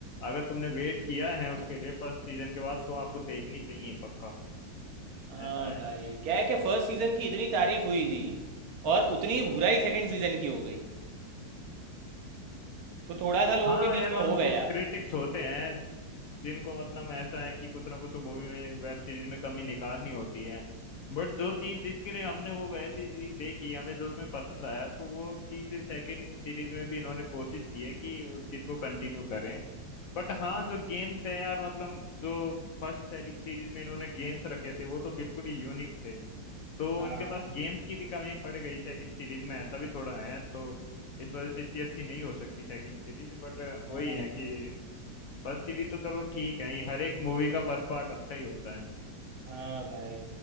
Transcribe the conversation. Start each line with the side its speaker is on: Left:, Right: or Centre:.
Left: अगर तुमने वेट किया है उसके लिए फर्स्ट सीजन के बाद तो आपको देखनी चाहिए पक्का
Right: हाँ
Left: ऐसा है
Right: भाई क्या है कि फर्स्ट सीज़न की इतनी तारीफ हुई थी और उतनी ही बुराई सेकंड सीज़न की हो गई तो थोड़ा सा लोगों
Left: हाँ
Right: के बीच
Left: यार
Right: में
Left: मतलब
Right: हो गया
Left: कुछ क्रिटिक्स होते हैं जिनको मतलब ऐसा है कि कुछ ना कुछ मूवी में वेब सीरीज में कमी निकालनी होती है बट जो चीज जिसके लिए हमने वो वेब सीरीज देखी हमें जो उसमें पसंद आया तो वो चीज सेकंड सीरीज में भी इन्होंने कोशिश की है कि उस चीज को कंटिन्यू करें बट हाँ जो गेम्स है यार मतलब जो फर्स्ट सीरीज में इन्होंने गेम्स रखे थे वो तो बिल्कुल ही यूनिक थे तो
Right: हाँ
Left: उनके पास गेम्स की भी कमी पड़ गई सेकंड सीरीज में ऐसा भी थोड़ा है तो इस वजह से इतनी अच्छी नहीं हो सकती सेकंड सीरीज बट
Right: हाँ
Left: वही है
Right: हाँ
Left: कि फर्स्ट सीरीज तो चलो ठीक है ये हर एक मूवी का फर्स्ट पार्ट अच्छा ही होता है
Right: हाँ भाई